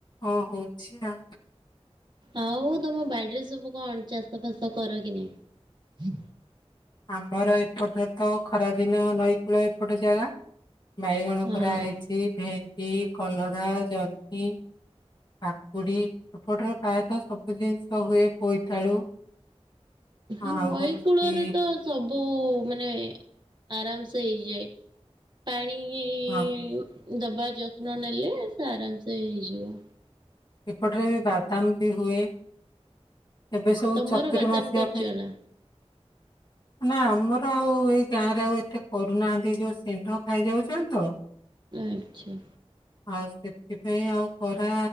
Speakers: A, on the left; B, on the right.
A: ହଁ ହଉଛି ଆଉ।
B: ଆଉ ତମ ବାଡିରେ ସବୁ କଣ ଚାଷ ଫାସ କର କି ନାଇଁ।
A: ଆମର ଏପଟ ତ ଖରାଦିନ ନଈକୂଳ ଏପଟ ଜାଗା। ବାଇଗଣ
B: ହଁ
A: କରାହେଇଛି ଭେଣ୍ଡି, କଲରା, ଜହ୍ନି। କକୁଡି ଏପଟରେ ପ୍ରାୟତଃ ସବୁ ଜିନିଷ ହୁଏ ବୋଇତାଳୁ।
B: ହ
A: ଆଉ
B: ନଈ
A: ହଉଛି
B: କୂଳରେ ତ ସବୁ ମାନେ ଆରାମ ସେ ହେଇଯାଏ। ପାଣିଇ
A: ହଁ
B: ଦବା ଯତ୍ନ ନେଲେ ସେ ଆରାମସେ ହେଇଯିବ।
A: ଏପଟରେ ବାଦାମ ବି ହୁଏ। ଏବେ ସବୁ
B: ତମର
A: ଚତୁର୍ମାସିଆ
B: ବାଦାମ କରୁଚ
A: ପାଇଁ
B: ନା।
A: ନା ଆମର ଆଉ ଏଇ ଗାଁରେ ଆଉ ଏତେ କରୁନାହାନ୍ତି ଯୋଉ ସେଣ୍ଢ ଖାଇଯାଉଛନ୍ତି ତ।
B: ଆଚ୍ଛା
A: ଆଉ ସେଥିପାଇଁ ଆଉ କରା